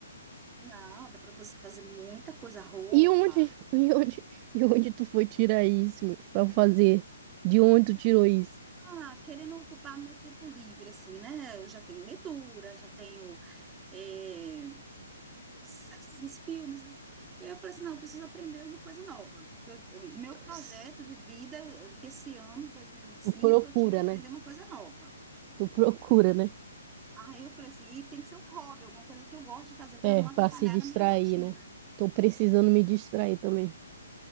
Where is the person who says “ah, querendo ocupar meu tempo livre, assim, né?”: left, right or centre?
Right